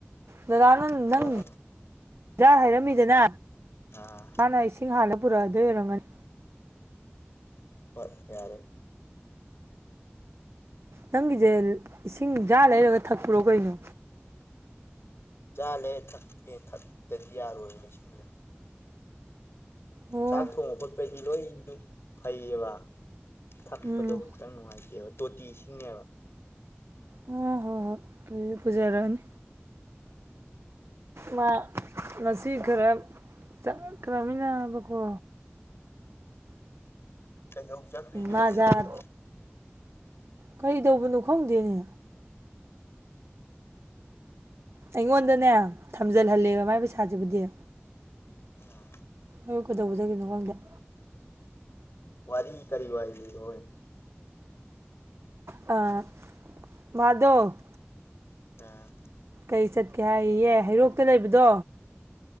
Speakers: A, on the right (about 80°); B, on the left (about 70°).
A: ꯗꯗꯥ ꯅꯪ ꯅꯪꯖꯥꯔ
B: ꯍꯣꯏ ꯍꯣꯏ
A: <unintelligible> ꯍꯥꯏꯔꯝꯃꯤꯗꯅ
B: ꯑꯥ
A: ꯃꯥꯅ ꯏꯁꯤꯡ ꯍꯥꯟꯅ ꯄꯨꯔꯛꯑꯗꯣꯏ ꯑꯣꯏꯔꯝꯒꯅꯤ
B: ꯍꯣꯏ ꯌꯥꯔꯦ
A: ꯅꯪꯒꯤꯁꯦ ꯏꯁꯤꯡ ꯖꯥꯔ ꯂꯩꯔꯒ ꯊꯛꯄ꯭ꯔꯣ ꯀꯩꯅꯣ
B: ꯖꯥꯔ ꯂꯩꯔꯥ ꯊꯛꯇ‌ꯦ ꯊꯛꯇ꯭ꯔꯗꯤ ꯌꯥꯔꯣꯏꯕ ꯏꯁꯤꯡꯗꯣ
A: ꯑꯣ
B: ꯆꯥꯛ ꯊꯣꯡꯕ ꯈꯣꯠꯄꯗꯤ ꯂꯣꯏꯗꯨꯝ ꯐꯩꯌꯦꯕ ꯊꯛꯄꯗꯣ
A: ꯎꯝ
B: ꯈꯤꯇꯪ ꯅꯨꯡꯉꯥꯏꯇꯦꯕ ꯇꯣꯇꯤ ꯏꯁꯤꯡꯅꯦꯕ
A: ꯑꯣ ꯍꯣꯏ ꯍꯣꯏ ꯑꯗꯨꯗꯤ ꯄꯨꯖꯥꯔꯛꯑꯅꯤ ꯃꯥ ꯉꯁꯤ ꯈꯔ ꯆꯛꯈ꯭ꯔꯃꯤꯟꯅꯕꯀꯣ
B: ꯀꯩꯗꯧ ꯆꯠꯈ꯭ꯔꯤꯅꫭ
A: ꯃꯥ
B: <unintelligible> ꯑꯗꯨꯗ
A: ꯖꯥꯔ ꯀꯔꯤ ꯇꯧꯕꯅꯣ ꯈꯪꯗꯦꯅꯦ ꯑꯩꯉꯣꯟꯗꯅꯦ ꯊꯝꯖꯜꯍꯜꯂꯦꯕ ꯃꯥꯏ ꯄꯩꯁꯥꯁꯤꯕꯨꯗꯤ
B: ꯑꯥ
A: ꯑꯗꯨ ꯀꯩꯗꯧꯕ ꯆꯠꯈ꯭ꯔꯤꯅꫭ ꯈꯪꯗ‌ꯦ
B: ꯋꯥꯔꯤ ꯀꯔꯤ ꯋꯥꯔꯤ ꯂꯤꯔꯛꯑꫭꯏ
A: ꯑ ꯃꯥꯗꯣ
B: ꯑꯥ
A: ꯀꯩ ꯆꯠꯀꯦ ꯍꯥꯏꯌꯦ ꯍꯩꯔꯣꯛꯇ ꯂꯩꯕꯗꯣ